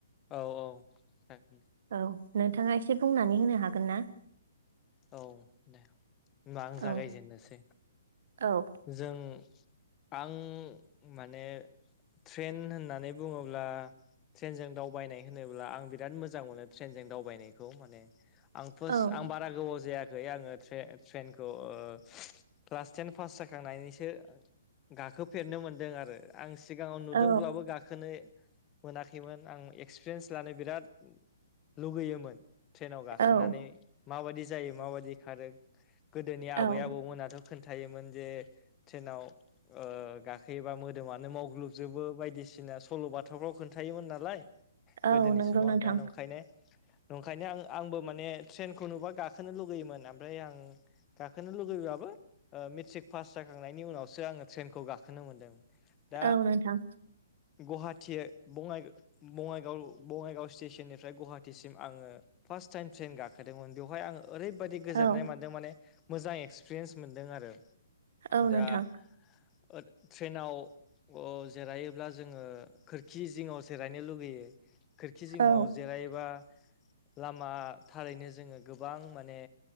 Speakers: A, on the left; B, on the right.
A: औ औ जागोन दे।
B: औ नोंथाङा एसे बुंनानै होनो हागोन ना।
A: औ दे होमबा आं
B: औ
A: जागायजेननोसै।
B: औ।
A: जों आं माने। ट्रेन होननानै बुङोब्ला। ट्रेनजों दावबायनाय होनोब्ला आं बिराद मोजां मोनो ट्रेनजों दावबायनायखौ माने। आं फार्स्ट
B: औ
A: आं बारा गोबाव जायाखै आङो ट्रे ट्रेनखौ ओ। क्लास टेन पास जाखांनानैसो गाखोफेरनो मोनदों आरो। आं सिगाङाव नुदोंब्लाबो
B: औ
A: गाखोनो। मोनाखैमोन आं एक्सपिरियेन्स लानो बिराद लुगैयोमोन। ट्रेनाव गाखोनानै
B: औ
A: माबायदि जायो माबायदि खारो गोदोनि
B: औ
A: आबै आबौमोनाथ'। खोन्थायोमोन जे ट्रेनाव। ओ गाखोयोबा मोदोमानो मावग्लुबजोबो बायदिसिना सल' बाथाफ्राव खोन्थायोमोन नालाय।
B: औ
A: गोदोनि
B: नंगौ
A: समाव
B: नोंथां
A: दा नंखायनो नंखायनो आं आंबो माने ट्रेनखौ नुबा गा खोनो लुगैयोमोन ओमफ्राय आं गाखोनो लुगैब्लाबो। ओ मेट्रिक पास जाखांनायनि उनावसो आङो ट्रेनखौ गाखोनो मोन्दों। दा
B: औ नोंथां
A: गुवाहाटी बङाइ। बङाइगाव बङाइगाव स्टेशननिफ्राय गुवाहाटिसिम आङो। फार्स्टटाइम ट्रेन गाखोदोमोन बेवहाय आङो। ओरैबायदि गोजोननाय
B: औ
A: मोनदों माने मोजां एक्सपिरियेन्स मोनदों आरो
B: औ नोंथां
A: दा। ओ ट्रेनाव। अ जिरायोब्ला जोङो खोरखि जिङाव जिरायनो लुबैयो। खोरखि जिङाव
B: औ
A: जिरायोबा लामा थारैनो जोङो गो बां माने